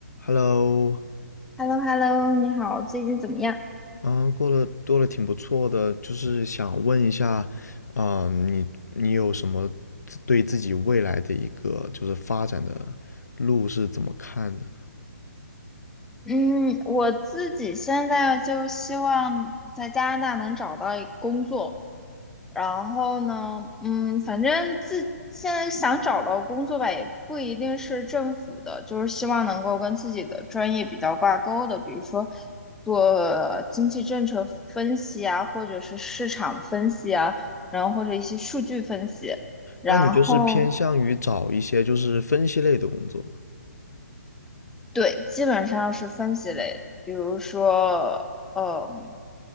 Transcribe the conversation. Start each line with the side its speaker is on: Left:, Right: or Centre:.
Left: Hello，
Centre: h e l l o h e l l o 你好，最近怎么样？
Left: 嗯，过得过得挺不错的，就是想问一下，啊、你你有什么自对自己未来的一个就是发展的路是怎么看的呢
Centre: 嗯，我自己现在就希望在加拿大能找到一工作，然后呢，嗯，反正自现在想找到工作吧，也不一定是政府的，就是希望能够跟自己的专业比较挂钩的，比如说做经济政策分析啊，或者是市场分析啊，然后或者一些数据分析，然后。
Left: 那你就是偏向于找一些就是分析类的工作吗？
Centre: 对，基本上是分析类的比如说，嗯，